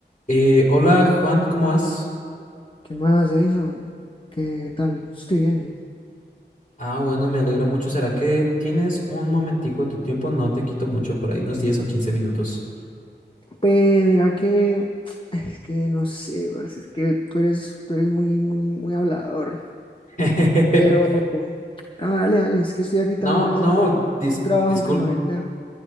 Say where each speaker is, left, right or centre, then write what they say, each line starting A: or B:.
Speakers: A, on the left (about 45°); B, on the left (about 30°).
A: Eh, hola Juan, ¿cómo vas?
B: ¿Qué más, Edison? ¿Qué tal? Estoy bien.
A: Ah, bueno, me alegra mucho. ¿Será que tienes un momentico de tu tiempo? No te quito mucho, por ahí unos diez o quince minutos.
B: Pues mira que es que no sé, parce, es que tú eres, tú eres muy, muy, muy hablador.
A: <laughs>
B: Pero no, dale, dale, es que estoy aquí
A: No,
B: también haciendo
A: no,
B: como
A: Dis,
B: un trabajo
A: disculpa,
B: que me habían dejado.